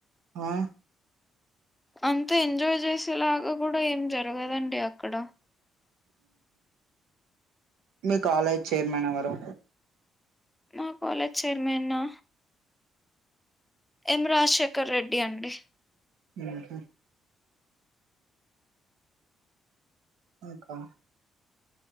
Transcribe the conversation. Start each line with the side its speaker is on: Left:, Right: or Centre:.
Right: ఆ
Centre: అంతా ఎంజాయ్ చేసేలాగా కూడా ఏం జరగదండి అక్కడ
Right: మీ కాలేజ్ చైర్మన్ ఎవరు
Centre: మా కాలేజ్ చైర్మ నా ఎమ రాశ ఆక్క రెడి అండి
Right: ఉహు ఇంకా